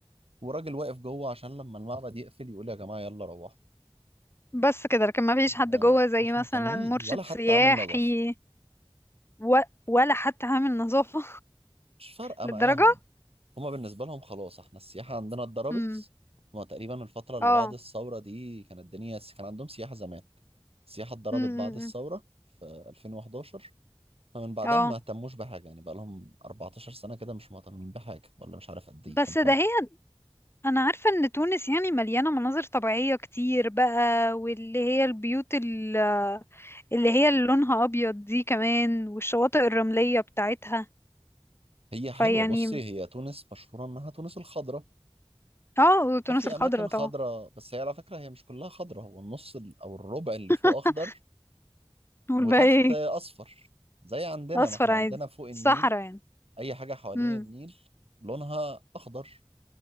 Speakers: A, on the right; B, on the left.
A: وراجل واقف جوه عشان لما المعبد يقفل يقول يا جماعة يلا روحوا
B: بس كده لكن ما فيش
A: ما
B: حد جوه زي
A: مش
B: مثلا
A: مهتمين
B: مرشد
A: ولا حتى
B: سياحي
A: عامل نظافة
B: و... ولا حتى عامل نظافة
A: مش فارقة
B: <laughs> للدرجة
A: معاهم هما بالنسبة لهم خلاص احنا السياحة عندنا اتضربت
B: امم
A: هما تقريبا الفترة اللي
B: اه
A: بعد الثورة دي كانت الدنيا كان عندهم سياحة زمان السياحة اتضربت
B: امم
A: بعد الثورة في 2011 فمن بعدها
B: اه
A: ما اهتموش بحاجة يعني بقى لهم 14 سنة كده مش مهتمين بحاجة ولا مش عارف قد ايه
B: بس
A: كام سنة
B: ده هي انا عارفة ان تونس يعني مليانة مناظر طبيعية كتير بقى واللي هي البيوت ال- اللي هي اللي لونها ابيض دي كمان والشواطئ الرملية بتاعتها
A: هي حلوة
B: فيعني
A: بصي هي تونس مشهورة انها تونس الخضراء
B: اه وتونس
A: ففي
B: الخضراء
A: اماكن خضراء
B: طبعا
A: بس هي على فكرة هي مش كلها خضراء هو النص ال- او الربع اللي
B: <laughs>
A: فوق اخضر
B: والباقي
A: وتحت
B: ايه
A: اصفر زي عندنا
B: اصفر
A: ما احنا
B: عادي
A: عندنا فوق النيل
B: صحراء يعني
A: اي حاجه حوالين
B: امم
A: النيل لونها اخضر